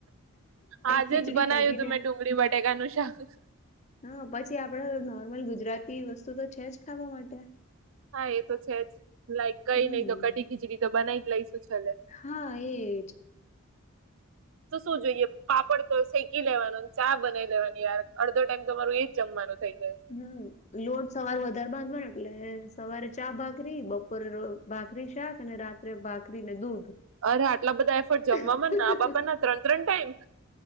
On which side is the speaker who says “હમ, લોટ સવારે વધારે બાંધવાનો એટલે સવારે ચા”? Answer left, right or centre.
Left